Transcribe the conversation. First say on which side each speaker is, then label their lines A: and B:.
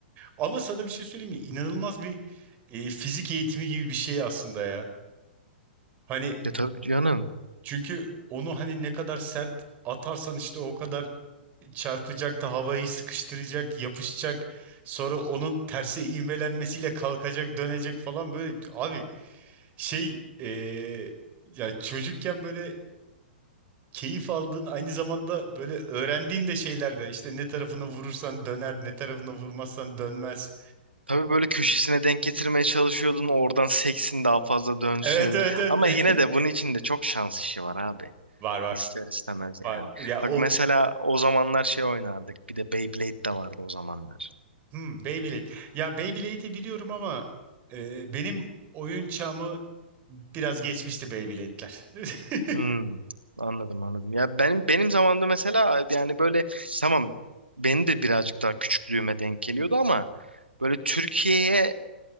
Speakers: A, on the right; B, on the right.
A: Ama sana bir şey söyleyeyim mi? İnanılmaz bir e, fizik eğitimi gibi bir şey aslında ya. Hani
B: Ya tabii canım.
A: Çünkü onu hani ne kadar sert atarsan işte o kadar çarpacak da havayı sıkıştıracak, yapışacak. Sonra onun terse ivmelenmesiyle kalkacak, dönecek falan böyle. Abi şey eee, ya çocukken böyle keyif aldığın aynı zamanda böyle öğrendiğin de şeyler de işte ne tarafına vurursan döner, ne tarafına vurmazsan dönmez.
B: Tabii böyle köşesine denk getirmeye çalışıyordun. Oradan seksin daha fazla dönsün.
A: Evet evet evet.
B: Ama
A: <laughs>
B: yine de bunun için de çok şans işi var abi.
A: Var var.
B: İster istemez yani.
A: Var. Ya
B: Bak
A: o
B: mesela o zamanlar şey oynardık. Bir de Beyblade de vardı o zamanlar.
A: Hmm, Beyblade. Ya Beyblade'i biliyorum ama e, benim oyun çağımı biraz geçmişti Beyblade'ler. <laughs>
B: Hmm, anladım anladım. Ya benim benim zamanımda mesela yani böyle tamam beni de birazcık daha küçüklüğüme denk geliyordu ama böyle Türkiye'ye